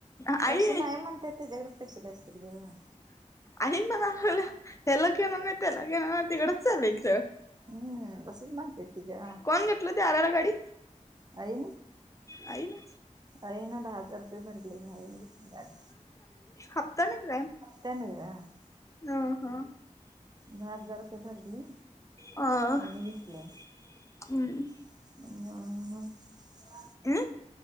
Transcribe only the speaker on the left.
आई
आई म्हणा लागल्या ह्याला घेणार नाही त्याला घेणार नाही तिकडंच चालल्या कि सरळ
कोण घेतलं ते आराला गाडी
आई ना
हफ्ताने का काय?
ह ह
हम्म.
हम.